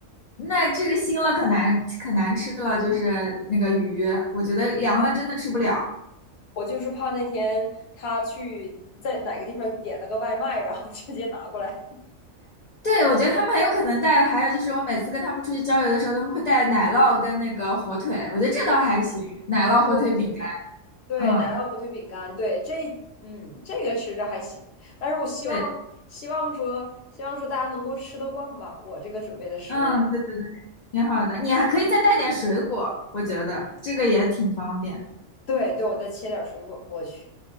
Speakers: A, on the left; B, on the left.
A: 那这个腥了可难可难吃了，就是那个鱼，我觉得凉了真的吃不了。
B: 我就是怕那天他去在哪个地方点了个外卖，然后直接拿过来。
A: 对，我觉得他们很有可能带，还有就是我每次跟他们出去郊游的时候，他们会带奶酪跟那个火腿，我觉得这倒还行，奶酪火腿饼干，
B: <laughs> 对，
A: 嗯，
B: 奶酪火腿饼干，对，这，嗯，这个吃着还行，但是我希望，
A: 对，
B: 希望说，希望说大家能够吃得惯吧，我这个准备的食物。
A: 嗯，对对对，挺好的，你还可以再带点水果，我觉得这个也挺方便。
B: 对，对，我再切点水果过去。